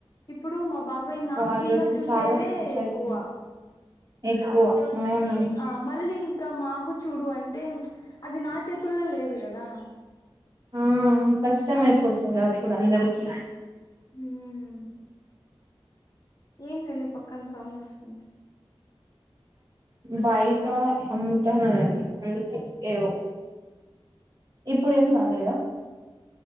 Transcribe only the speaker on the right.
వాళ్ళతో
చాలా పంచాయతీ
ఎక్కువ అవునండి
ఆ కష్టమయి పోతుంది అప్పుడు అందరికీ
బయట అమ్ముతాన్న రండి అందుకే ఏవో ఇప్పుడు ఏం రాలేదా